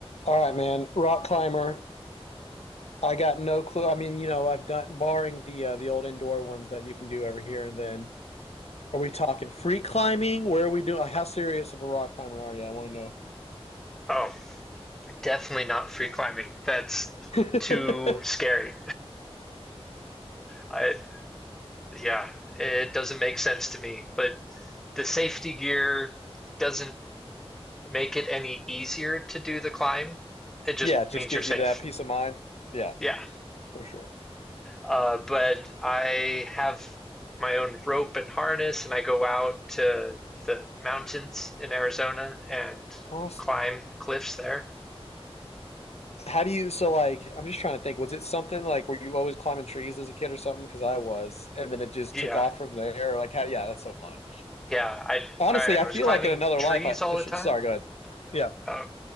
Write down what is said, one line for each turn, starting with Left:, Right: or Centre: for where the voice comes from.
Left: All right, man. Rock climber. I got no clue. I mean, you know, I've done barring the uh, the old indoor ones that you can do every here and then. Are we talking free climbing? Where are we doing? Like, How serious of a rock climber are you? I want
Centre: Oh, definitely not free climbing. That's
Left: to know.
Centre: too scary. I yeah, it doesn't make sense to me. But the safety gear doesn't make it any easier to do the climb.
Left: <laughs>
Centre: It just
Left: yeah, it just
Centre: means
Left: gives
Centre: you're safe.
Left: you that peace of mind. Yeah,
Centre: Yeah.
Left: for sure.
Centre: Uh, but I have my own rope and harness, and I go out to the mountains in Arizona and
Left: Awesome.
Centre: climb cliffs there.
Left: How do you? So, like, I'm just trying to think. Was it something like were you always climbing trees as a kid or something? Because I was, and then it just
Centre: Yeah,
Left: took off from there. Like, how? Yeah, that's so funny.
Centre: yeah. I
Left: Honestly,
Centre: I,
Left: I
Centre: I
Left: feel
Centre: was climbing
Left: like in another
Centre: trees
Left: life. I
Centre: all
Left: I should-
Centre: the time.
Left: sorry. Go ahead.
Centre: Uh,